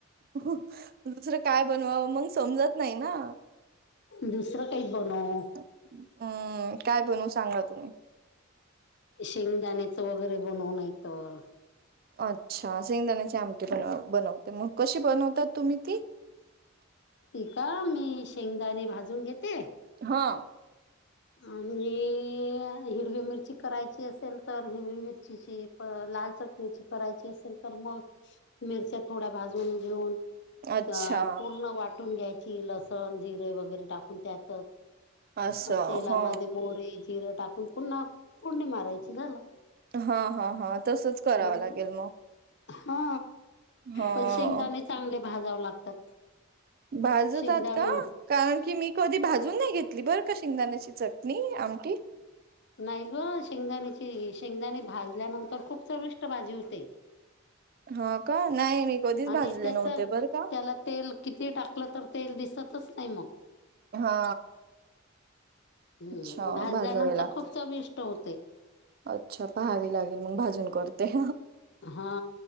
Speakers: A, on the right (about 45°); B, on the left (about 60°).
A: दुसरं काय बनवावं, मग समजत नाही ना.
B: दुसरं काही बनव.
A: हम्म काय बनवू सांगा तुम्ही.
B: शेंगदाण्याचं वगैरे बनव नाही तर
A: अच्छा सेंगदाण्याचे आमटी बनवा बनवते मग कशी बनवतात तुम्ही ती?
B: ती का मी शेंगदाणे भाजून घेते
A: हा.
B: आणि हिरवी मिरची करायची असेल तर हिरवी मिरचीची प लाल चटणीची करायची असेल तर मग मिरच्या थोड्या भाजून घेऊन त्या
A: अच्छा
B: पूर्ण वाटून घ्यायची लसण, जिरे वगैरे टाकून त्यात
A: असं
B: मग तेलामध्ये
A: ह.
B: मोरी, जिरे टाकून पुन्हा फोडणी मारायची झालं.
A: हा हा हा तसच करावं
B: हम्म
A: लागेल म.
B: हा
A: ह
B: पण शेंगदाणे चांगले भाजाव लागतात.
A: भाजतात
B: शेंगदाणे
A: का कारण की मी कधी भाजून नाही घेत ली बरं का शेंगदाण्याची चटणी आमटी.
B: नाही गं शेंगदाणीची शेंगदाणे भाजल्यानंतर खूप चविष्ट भाजी होते.
A: हा का नाही मी कधीच
B: आणि
A: भाजले
B: त्याच
A: नव्हते बरं का
B: त्याला तेल किती टाकलं तर तेल दिसतच नाही मग.
A: हा
B: हम्म
A: अच्छा
B: भाजल्यानंतर
A: भाजावे लाग
B: खूप चवीष्ट होते.
A: अच्छा पहावी लागेल मग भाजून करते.
B: हा.